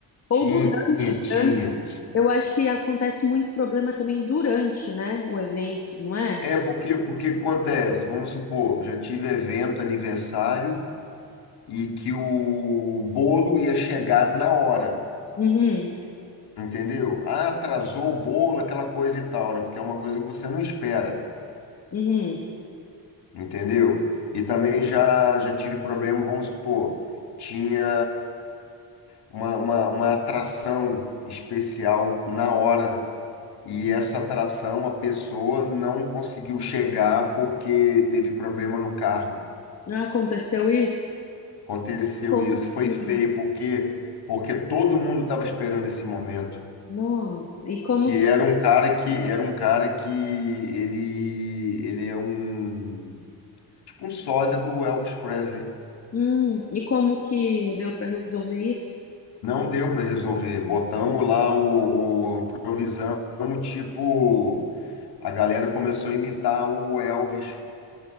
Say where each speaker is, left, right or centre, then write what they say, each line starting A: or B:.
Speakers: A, on the left; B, on the left.
A: Ou
B: Tinha,
A: durante,
B: tinha.
A: durante? Eu acho que acontece muito problema também durante, né, o evento, não é?
B: É porque porque acontece, vamos supor, já tive evento, aniversário e que o bolo ia chegar na hora,
A: Uhum,
B: entendeu? Ah, atrasou o bolo, aquela coisa e tal, né? Porque é uma coisa que você não espera.
A: uhum.
B: entendeu? E também já, já tive problema, vamos supor, tinha uma, uma, uma atração especial na hora. E essa atração a pessoa não conseguiu chegar porque teve problema no carro.
A: Não aconteceu isso?
B: Aconteceu
A: Como
B: isso, foi
A: que,
B: feio porque porque todo mundo estava esperando esse momento,
A: nossa, e como
B: que
A: que,
B: era um cara que era um cara que ele ele é um tipo um sósia do Elvis Presley.
A: hum, e como que deu para resolver isso?
B: Não deu para resolver. Botamos lá o, o improvisamos, tipo, a galera começou a imitar o Elvis.